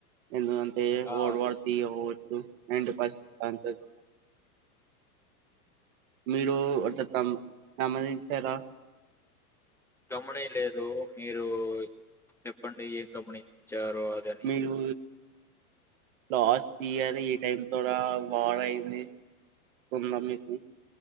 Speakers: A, on the right (about 60°); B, in the centre.
A: ఎందు ఎ
B: ఆ
A: వాల్డ్ వార్ త్రీ అవచ్చు అండ్ ఫస్ట్ ఛాన్సెస్ మీరు అంటే తం గమనించారా
B: గమనీయ లేదు మీరు చెప్పండి ఏం గమనీ చారో అదని
A: మీరు లాస్ట్ ఇయర్ ఈ టైమ్ తోడ వార్ అయింది తుంద మీకి